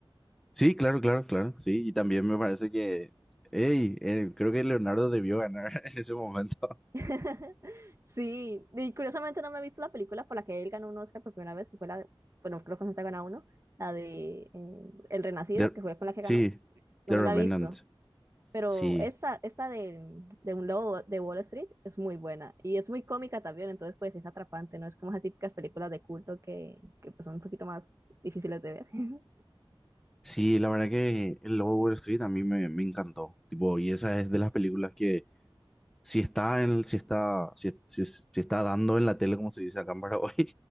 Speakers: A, in the centre; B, on the right.
A: Sí, claro, claro, claro. Sí, y también me parece que... Ey, eh, creo que Leonardo debió ganar <laughs> en ese momento.
B: <laughs> Sí, y curiosamente no me he visto la película por la que él ganó un Oscar por primera vez, que fue la de, bueno, creo que no te ha ganado uno, la de eh, El Renacido,
A: De-
B: que fue con la que ganó,
A: sí,
B: no
A: The
B: me
A: Revenant.
B: la he visto, pero
A: Sí.
B: esta, esta de, de un lobo de Wall Street es muy buena y es muy cómica también, entonces pues es atrapante, ¿no? Es como esas típicas películas de culto que, que pues son un poquito más difíciles de ver. <laughs>
A: Sí, la verdad que el Lobo de Wall Street a mí me, me encantó. Tipo, y esa es de las películas que si está en, si está, si, si, si está dando en la tele, como se dice acá en Paraguay,